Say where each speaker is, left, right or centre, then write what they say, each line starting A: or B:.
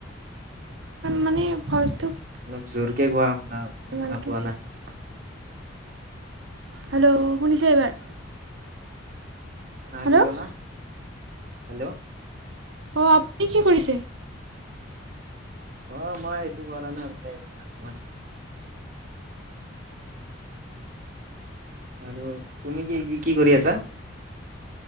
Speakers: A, on the right; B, on the right.
A: মানে ভইচ
B: অলপ জোৰকে কোৱা, শুনা
A: ভালকৈ
B: পোৱা নাই।
A: হেল্ল', শুনিছে এইবাৰ?
B: হা,
A: হেল্ল'
B: কি ক'লা, হেল্ল'?
A: অ', আপুনি কি কৰিছে?
B: অ', মই একো কৰা নাই মানে এনেই আছো মান আৰু তুমি কি, কি, কি, কৰি আছা?